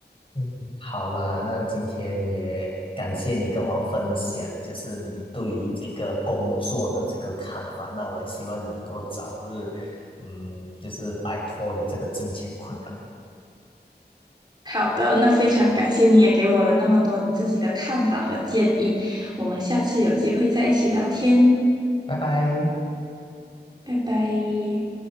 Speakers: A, on the left; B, on the right.
A: 嗯，好啦，那今天也感谢你跟我分享，就是你对于这个工作的这个看法。那我也希望你能够早日，嗯，就是摆脱你这个金钱困扰。
B: 好的，那非常感谢你也给我了那么多你自己的看法和建议，我们下次有机会再一起聊天，
A: 拜拜。
B: 拜拜。